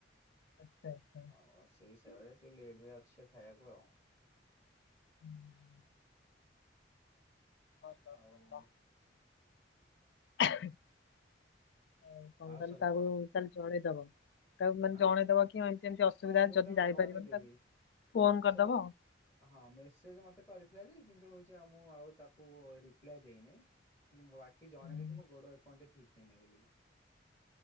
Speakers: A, on the left; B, on the left.
A: ଆଚ୍ଛା ଆଚ୍ଛା
B: ହଉ ସେଇ ହିସାବରେ ଟିକେ ଲେଟରେ ଅଛି ଖାଇବାକୁ ଆଉ।
A: ହୁଁ। ଭଲ ଭଲ
B: ଆଉ
A: ଆଉ ତମେ
B: ଆଉ
A: କାଲି
B: ସବୁ
A: ତାକୁ
B: କଣ
A: ତାହେଲେ ଜଣେଇଦବ। ତାକୁ ମାନେ
B: ଆଁ
A: ଜଣେଇଦବ କି ଏମିତି ଏମିତି ଅସୁବିଧା
B: ହଁ ମୁଁ
A: ଯଦି
B: ତାକୁ
A: ଯାଇପାରିବନି
B: ଜଣେଇଦେବି।
A: ତାକୁ ଫୋନ
B: ସେ
A: କରିଦବ
B: ମ
A: ଆଉ।
B: ହଁ ମେସେଜ ମତେ କରିଥିଲା ଯେ, କିନ୍ତୁ ହଉଚି ଆଉ ମୁଁ ଆଉ ତାକୁ ରିପ୍ଲାଏ ଦେଇନେଇ। <unintelligible> ବାକି ଜଣେଇ
A: ହୁଁ,
B: ଦେଇଛି ମୋ ଗୋଡ ଏପର୍ଯ୍ୟନ୍ତ ଠିକ ହେଇନି ବୋଲି,